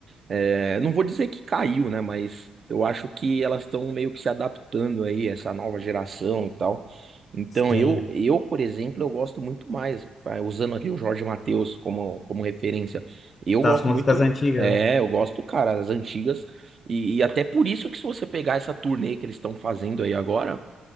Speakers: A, on the right; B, on the left.
A: É, não vou dizer que caiu, né? Mas eu acho que elas estão meio que se adaptando aí, essa nova geração e tal. Então,
B: Sim,
A: eu, eu, por exemplo, eu gosto muito mais, ah, usando ali o Jorge Mateus como, como referência. Eu
B: das
A: gosto
B: músicas
A: muito,
B: antigas,
A: é,
B: né?
A: eu gosto, cara, das antigas. E, e até por isso que se você pegar essa turnê que eles estão fazendo aí agora,